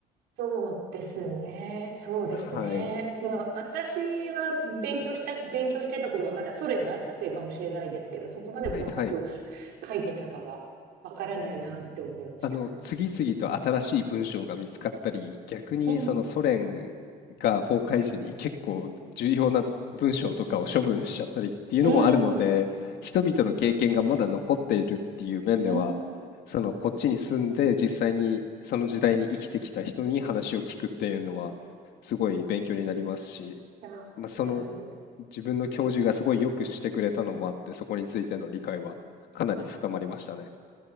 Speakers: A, on the right; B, on the left.
A: そうですね。そうですね。
B: はい。
A: まあ、私は勉強した、勉強してた頃はまだソ連があったせいかもしれないですけど、そこまで細かく
B: はいはい。
A: 書いてたかはわからないなって思いました。
B: あの、次々と新しい文章が見つかったり、逆にそのソ連が崩壊時に結構重要な文章とかを処分しちゃったりっていうのもあるので、
A: うん、うん
B: 人々の経験がまだ残っているっていう面では、
A: うん
B: そのこっちに住んで実際にその時代に生きてきた人に話を聞くっていうのはすごい勉強になりますし、
A: あ、
B: まあ、その
A: なるほど。
B: 自分の教授がすごいよくしてくれたのもあって、そこについての理解はかなり深まりましたね。